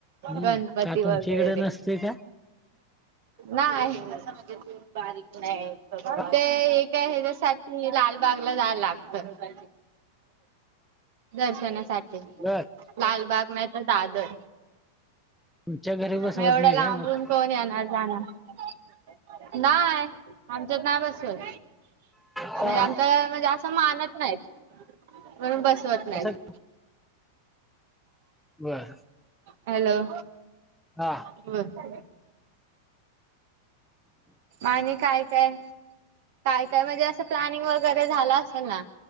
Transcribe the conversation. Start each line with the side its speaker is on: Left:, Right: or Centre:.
Centre: हम्म
Right: गणपती
Centre: का
Right: वगैरे.
Centre: तुमच्या इकडे नसते का
Right: नाय, बारीक नाही ते.
Centre: का?
Right: त्या हेच्यासाठी, लालबागला जायला लागत. दर्शनासाठी
Centre: बर
Right: लालबाग नाही तर दादर.
Centre: तुमच्या घरी बसवत
Right: मग एवढ्या
Centre: नाही
Right: लांबून
Centre: काय मग
Right: कोण येणार जाणार, नाही आमच्यात नाय बसवत.
Centre: हा
Right: म्हणजे आमच्या <unintelligible> असं मानत नाहीत. म्हणून बसवत नाहीत.
Centre: तसं बर
Right: हॅलो
Centre: हा
Right: बोल. आणि काय काय. काय काय म्हणजे असं प्लॅनिंग वगैरे झालं असेल ना